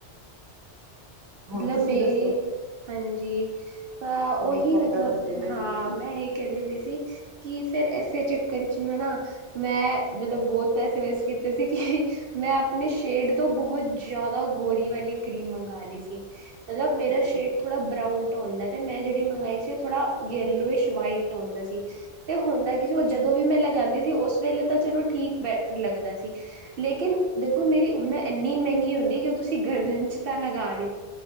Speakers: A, on the right; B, on the right.
A: ਹੁਣ
B: ਮਤਲਬ
A: ਤੁਸੀਂ
B: ਮੇਰੀ
A: ਦੱਸੋ
B: ਹਾਂਜੀ ਤਾਂ ਉਹੀ
A: ਮੇਕਅਪ
B: ਮਤਲਬ
A: ਦਾ ਦੱਸਦੇ ਪਏ
B: ਹਾਂ
A: ਸੀ ਤੁਸੀਂ
B: ਮੈਂ ਇੱਕ ਕਹੇਦੀ ਪਈ ਸੀ ਕਿ ਫੇਰ ਇਸੇ ਚੱਕਰ 'ਚ ਮੈਂ ਨਾ ਮੈਂ ਮਤਲਬ ਬਹੁਤ ਪੈਸੇ ਵੇਸਟ ਕੀਤੇ ਸੀ ਕਿ ਮੈਂ ਆਪਣੇ ਸ਼ੇਡ ਤੋਂ ਬਹੁਤ ਜ਼ਿਆਦਾ ਗੋਰੀ ਵਾਲੀ ਕਰੀਮ ਮੰਗਵਾ ਲਈ ਸੀ। ਮਤਲਬ ਮੇਰਾ
A: ਹੋਰ
B: ਸ਼ੇਡ ਥੋੜ੍ਹਾ ਬਰਾਊਨ ਟ ਹੁੰਦਾ ਤੇ ਮੈਂ ਜਿਹੜੀ ਮੰਗਵਾਈ ਸੀ ਓ ਥੋੜ੍ਹਾ ਯਲੋਇਸ਼ ਵਾਈਟ ਹੁੰਦਾ ਸੀ। ਤੇ ਹੁੰਦਾ ਕੀ ਸੀ ਓ ਜਦੋਂ ਵੀ ਮੈਂ ਲਗਾਉਂਦੀ ਸੀ ਉਸ ਵੇਲੇ ਤਾਂ ਚਲੋ ਠੀਕ ਬ ਲੱਗਦਾ ਸੀ ਲੇਕਿਨ ਦੇਖੋ ਮੇਰੀ ਮੈ ਇੰਨੀ ਮਹਿੰਗੀ ਹੁੰਦੀ ਕਿ ਓ ਤੁਸੀਂ ਗਰਦਨ 'ਚ ਤਾਂ ਲਗਾ ਨੀ